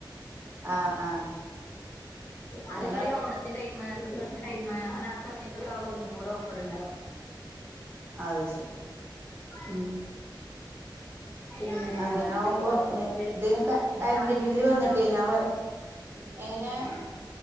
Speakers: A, on the right; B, on the left.
A: ആഹ് ആഹ്
B: അതനമ്മളി
A: അങ്ങനെ
B: ഓണത്തിന്റെ ടൈമ് ടൈമ് അങ്ങന ആ സമയത്തൊക്കെ ആവുമ്പോ ഒന്നുകൂടെ ഓഫറുണ്ടാവും
A: അത് ശരി
B: ഉം പിന്നെ
A: അങ്ങനെ
B: വേറെന്തൊക്കെയ
A: ആവുമ്പോ ഇതിന് കറന്റ്
B: <unintelligible>
A: ബില്ല്
B: കഴിഞ്ഞോ
A: വന്നിട്ടേ ഞാൻ
B: ഉം
A: എങ്ങനെ
B: ഉം